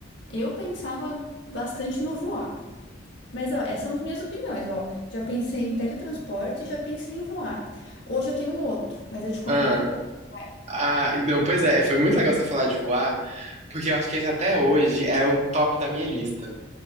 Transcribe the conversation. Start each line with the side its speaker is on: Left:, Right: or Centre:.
Left: eu pensava bastante no voar. Mas, ó, essas são as minhas opiniões, ó. Já pensei em teletransporte, já pensei em voar. Hoje eu tenho um outro, mas eu te conto
Right: Ah,
Left: daqui a pouco. Vai.
Right: ah, não, pois é, foi muito legal você falar de voar, porque eu acho que esse até hoje é o top da minha lista.